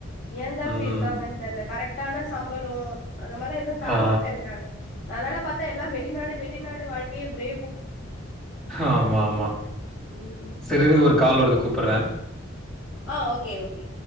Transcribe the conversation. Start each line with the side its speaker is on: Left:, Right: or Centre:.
Left: ஏன் தான் இன்ப்படி
Centre: ம்.
Left: இருக்காங்க தெர்ல கரெக்டான சம்பளோ அந்த மாதிரிலா எதுவும் தர
Centre: ஆ
Left: மாட்டேங்கிறாங்க அதனால பார்த்தா எல்லாம் வெளிநாடு ப்டியே வெளிநாடு வாழ்க்கையே இப்டி
Centre: ஆமா ஆமா
Left: ம்
Centre: சரிங்க ஒரு கால் வருது கூப்புடுற
Left: ஆ ஓகே ஓகே